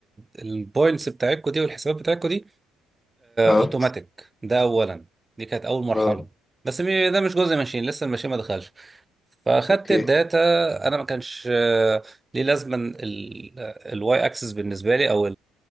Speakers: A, on the right; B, on the left.
A: البوينتس بتاعتكم دي والحسابات بتاعتكم دي
B: اه
A: اوتوماتيك ده اولا دي كانت اول مرحله
B: اه
A: بس مي- ده مش جزء ماشين لسه الماشين ما دخلش فاخدت
B: اوكي
A: الداتا انا ما كانش آه، ليه لازمه الواي اكسس بالنسبه لي او